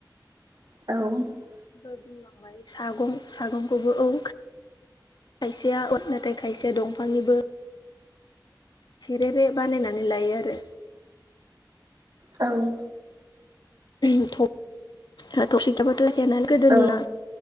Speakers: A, on the right (about 55°); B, on the left (about 65°).
A: औ
B: ओ बुंलांबाय सागं सागंखौबो औ। खायसेया नाथाय खायसेया दंफांनिबो सेरेरे बानायनानै लायो आरो।
A: औ
B: ओ थब थबसिखौबोथ <unintelligible> गोदोनिया
A: औ